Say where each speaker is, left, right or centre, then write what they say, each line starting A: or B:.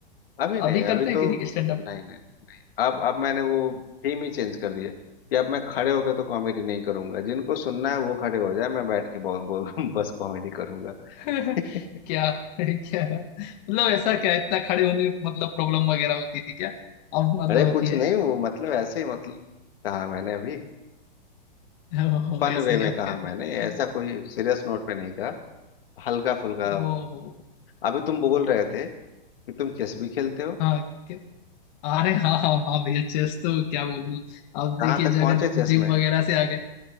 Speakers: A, on the left; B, on the left.
A: अभी नहीं
B: अभी
A: अभी
B: करते
A: तो
B: हैं कि नहीं स्टैंड अप
A: नहीं नहीं अब अब मैंने वो थीम ही चेंज कर दिया कि अब मैं खड़े होकर तो कॉमेडी नहीं करूंगा जिनको सुनना है वो खड़े हो जाए मैं बैठ के बोल बोल <laughs> बस कॉमेडी करूंगा
B: <laughs>
A: <laughs>
B: क्या क्या मतलब ऐसा क्या इतना खड़े होने में मतलब प्रॉब्लम वगैरह होती थी क्या अब मतलब
A: अरे
B: होती
A: कुछ
B: है
A: नहीं वो मतलब ऐसे ही मतलब कहा मैंने अभी
B: <laughs> ओहो
A: फन
B: ऐसे
A: वे
B: ही
A: में
B: आप
A: कहा
B: कह रहे
A: मैंने ऐसा
B: हैं
A: कोई सीरियस नोट पे नहीं कहा हल्का फुल्का
B: ओ,
A: अभी तुम बोल रहे थे कि तुम चेस भी खेलते हो
B: हाँ कि- अरे हाँ हाँ हाँ भैया चेस तो क्या बोलूँ अब
A: कहाँ
B: देखिए
A: तक
B: जो
A: पहुंचे
B: अगर
A: चेस
B: जिम
A: में
B: वगैरह से आ गए